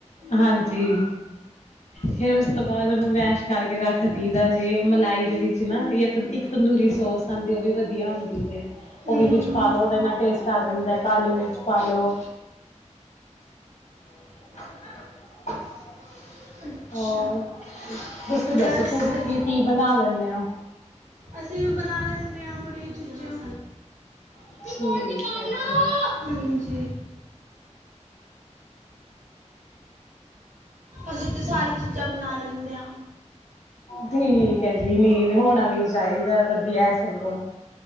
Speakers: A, on the left; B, on the right.
A: ਹਾਂਜੀ। ਫਿਰ ਉਸ ਤੋਂ ਬਾਅਦ ਉਹਨੂੰ ਮੈਸ਼ ਕਰਕੇ ਰੱਖਦੀਦਾ ਜੇ ਮਲਾਈ ਦੇ ਵਿੱਚ ਨਾ ਜਾਂ ਤ ਇੱਕ ਤੰਦੂਰੀ ਸੋਸ ਖਾਂਦੀ ਉਹ ਵੀ ਵਧੀਆ ਹੁੰਦੀ ਜੇ।
B: ਹੂੰ
A: ਉਹ ਵੀ ਵਿੱਚ ਪਾ ਲਉ ਉਹਦੇ ਨਾਲ ਟੇਸਟ ਆ ਜਾਂਦਾ ਕਾਲੀ ਮਿਰਚ ਪਾ ਲੋ। ਚਾਹ?
B: ਅੱਛਾ
A: ਹ ਤੁਸੀਂ ਦੱਸੋ
B: ਬਸ
A: ਤੁਸੀਂ
B: ਵਧੀਆ
A: ਕੀ ਕੀ ਬਣਾ ਲੈਂਦੇ ਹੋ?
B: ਅਸੀਂ ਬਣਾ ਲੈਂਦੇ ਹਾਂ ਬੜੀ ਚੀਜਾਂ।
A: <unintelligible>
B: ਹਾਂਜੀ। ਅਸੀਂ ਤੇ ਸਾਰੀ ਚੀਜ਼ਾਂ ਬਣਾ ਲੈਂਦੇ ਹਾਂ।
A: ਠੀਕ ਹੈ ਜੀ, ਨਹੀਂ, ਹੋਣਾ ਵੀ ਚਾਹੀਦਾ ਵਧੀਆ ਸਗੋਂ।